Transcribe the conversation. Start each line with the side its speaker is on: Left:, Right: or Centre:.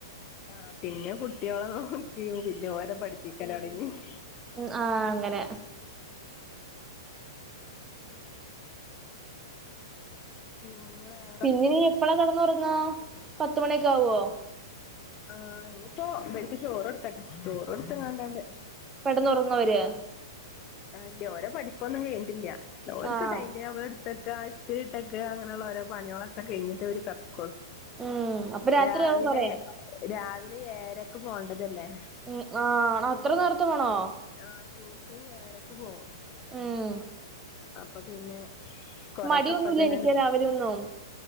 Left: ആ പിന്നെ കുട്ടികളെ നോക്കിയു പിന്നെ ഓരെ പഠിപ്പിക്കൽ തൊടങ്ങി <inaudible>
Right: ഉ ആഹ് അങ്ങനെ
Left: പിങ്ങനെ <unintelligible>
Right: പിന്നെ ഇനി എപ്പളാ കെടന്നുറങ്ങാ പത്തുമണിയൊക്കെ ആവൊ
Left: ആഹ ഇനിയിപ്പൊ ഇവർക്ക് ചോറ് കൊടുക്കട്ടെ ചോറ് കൊടുത്ത് കാണ്ട്
Right: കെടന്നൊറങ്ങവരെ <unintelligible>
Left: ആല്ല്യ ഓരെ പഠിപ്പൊന്നും കഴിഞ്ഞിട്ടില്ല്യ ഓര്ക്ക്
Right: ആഹ്
Left: ടൈണ്ടേബിൾ ഇട്ടൊക്കെ ഇസ്ത്രി ഇട്ടൊക്കെ അങ്ങനെയുള്ള ഓരോ പണികളൊക്കെ കഴിഞ്ഞിട്ടേ ഓര് ഒള്ളു അവര് കെടക്കൊള്ളു.
Right: ഉം അപ്പൊ രാത്രിയാവും
Left: രാവിലെ
Right: കൊറേ
Left: രാവിലെ ഏഴരക്ക് പോണ്ടതല്ലേ.
Right: ഉ ആ അത്ര നേരത്തെ പോണൊ
Left: ആഹ് ട്യൂഷന് ഏഴയരക്ക് പോകും
Right: ഉം
Left: അപ്പൊ പിന്നെ കൊറെ
Right: മടിയൊന്നുല്ല
Left: ഒക്കെ ഇപ്പൊ തന്നെ
Right: എനിക്ക്
Left: അണ്
Right: രാവിലെ ഒന്നും